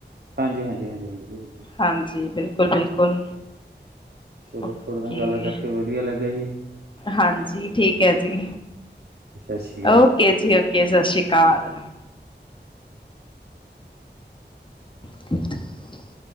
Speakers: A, on the right; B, on the left.
A: ਹਾਂਜੀ ਹਾਂਜੀ ਹਾਂਜੀ ਹਾਂਜੀ ਬਿਲਕੁਲ
B: ਹਾਂਜੀ ਬਿਲਕੁਲ ਬਿਲਕੁਲ
A: ਚਲੋ
B: ਓਕੇ
A: ਥੋੜੇ ਨਾਲ ਗੱਲ ਕਰਕੇ ਵਧੀਆ ਲੱਗਿਆ ਜੀ
B: ਹਾਂਜੀ ਠੀਕ ਹੈ ਜੀ
A: ਸਤਿ ਸ਼੍ਰੀ ਅਕਾਲ।
B: ਓਕੇ ਜੀ ਓਕੇ ਸਤਿ ਸ੍ਰੀ ਅਕਾਲ ਠੀ <unintelligible>